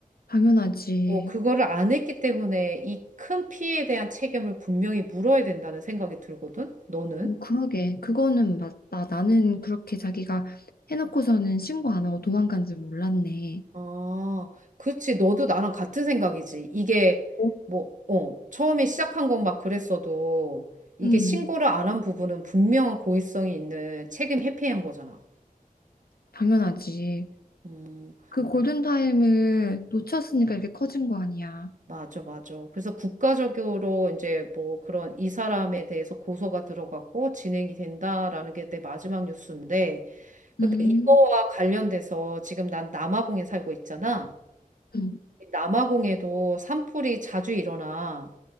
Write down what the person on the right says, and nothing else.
뭐 그거를 안 했기 때문에 이 큰 피해에 대한 책임을 분명히 물어야 된다는 생각이 들거든. 너는?
아, 그치. 너도 나랑 같은 생각이지. 이게
뭐, 어, 처음에 시작한 건 막 그랬어도 이게
신고를 안 한 부분은 분명한 고의성이 있는 책임 회피한 거잖아.
음,
맞아, 맞아. 그래서 국가적으로 이제 뭐 그런 이 사람에 대해서 고소가 들어갔고 진행이 된다라는 게 내 마지막 뉴스인데, 근데
이거와 관련돼서 지금 난 남아공에 살고 있잖아.
남아공에도 산불이 자주 일어나.